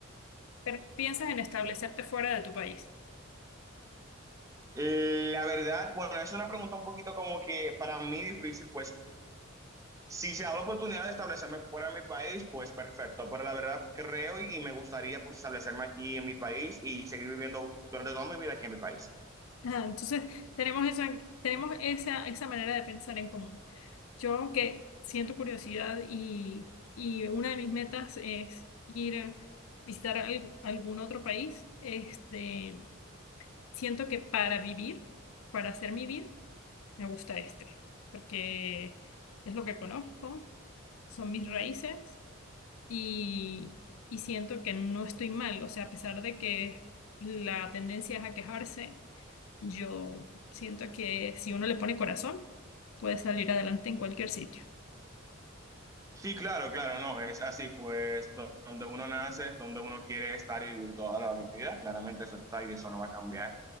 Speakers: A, on the left; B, on the right.
A: Pero piensas en establecerte fuera de tu país.
B: La verdad, bueno, es una pregunta un poquito como que para mí difícil, pues si se da la oportunidad de establecerme fuera de mi país, pues perfecto, pero la verdad creo y, y me gustaría pues establecerme aquí en mi país y seguir viviendo durante toda mi vida aquí en mi país.
A: Ajá, entonces, tenemos esa, tenemos esa, esa manera de pensar en común. Yo, aunque siento curiosidad y, y una de mis metas es ir a visitar al- algún otro país, este, siento que para vivir, para hacer mi vida, me gusta este, porque es lo que conozco, son mis raíces y, y siento que no estoy mal. O sea, a pesar de que la tendencia es a quejarse yo siento que si uno le pone corazón, puede salir adelante en cualquier sitio.
B: Sí, claro, claro, no, es así, pues do- donde uno nace es donde uno quiere estar y vivir toda la vida, claramente eso está y eso no va a cambiar.